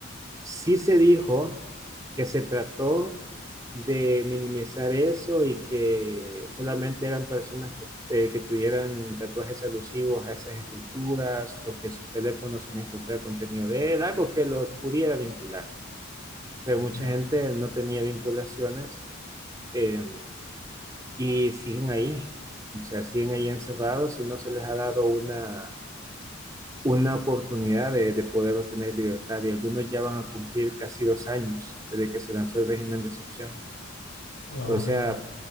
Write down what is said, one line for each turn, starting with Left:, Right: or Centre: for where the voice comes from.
Right: Sí se dijo que se trató de minimizar eso y que solamente eran personas eh, que tuvieran tatuajes alusivos a esas estructuras o que sus teléfonos se le encontraba contenido de él, algo que los pudiera vincular. Pero
Left: Ok.
Right: mucha gente no tenía vinculaciones eh, y siguen ahí, o sea, siguen ahí encerrados y no se les ha dado una una oportunidad de, de poder obtener libertad y algunos ya van a cumplir casi dos años desde que se lanzó el régimen de excepción.
Left: Wow,
Right: O
Left: no.
Right: sea,